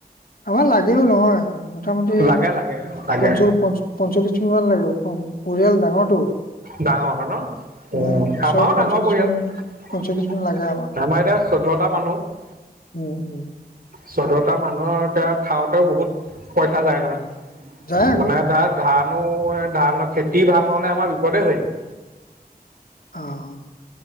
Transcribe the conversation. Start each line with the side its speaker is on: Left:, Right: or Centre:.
Left: আমাৰ লাগেও নহয়, মোটামুটি
Right: লাগে লাগে লাগে,
Left: পঞ্চ পঞ্চ পঞ্চল্লিশ টিঙ মান লাগে, পৰিয়াল ডাঙৰটো।
Right: ডাঙৰ হয় ন,
Left: উম,
Right: অ'
Left: বছৰত
Right: আমাৰও ডাঙৰ পৰিয়াল।
Left: মান মান লাগে আমাক।
Right: আমাৰ এতিয়া চৈধ্যটা মানুহ।
Left: উম উম-
Right: চৈধ্যটা মানুহ আৰু এতিয়া খাওঁতেও বহুত পইচা যায় নহয়,
Left: যায় আকৌ।
Right: মানে তাত ধানো ধানৰ খেতি ভাল নহলে আমাৰ বিপদে হৈ যায়।
Left: অ'